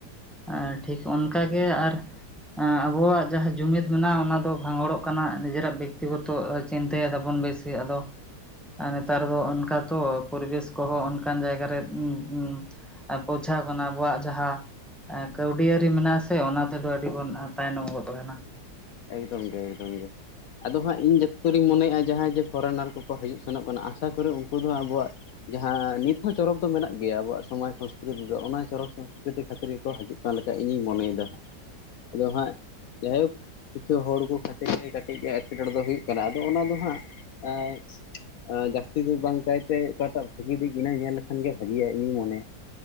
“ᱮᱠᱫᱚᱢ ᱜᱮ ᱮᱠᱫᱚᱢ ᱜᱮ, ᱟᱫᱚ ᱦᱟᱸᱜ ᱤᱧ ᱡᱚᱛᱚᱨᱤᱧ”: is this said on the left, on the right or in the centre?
Left